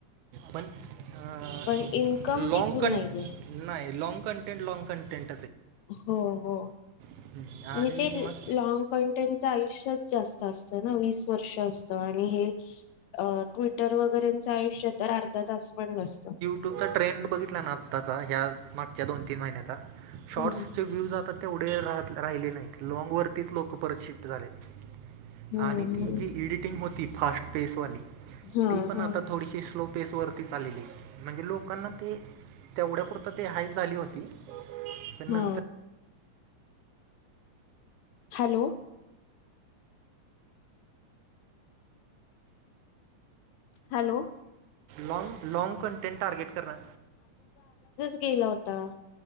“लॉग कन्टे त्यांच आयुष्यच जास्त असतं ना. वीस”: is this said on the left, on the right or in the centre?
Left